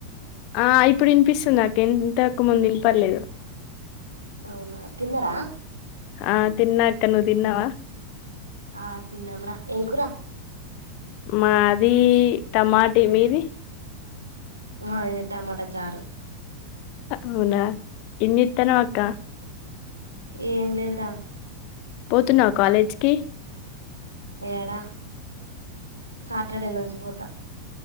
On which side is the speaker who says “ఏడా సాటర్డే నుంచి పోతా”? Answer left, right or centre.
Right